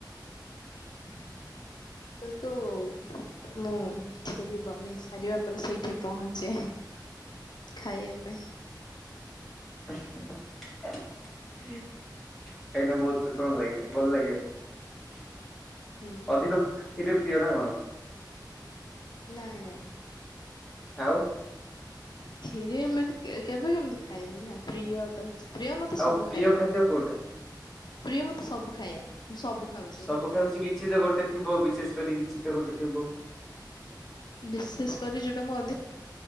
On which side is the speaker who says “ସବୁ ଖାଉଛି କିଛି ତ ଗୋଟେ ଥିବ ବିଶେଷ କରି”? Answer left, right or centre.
Centre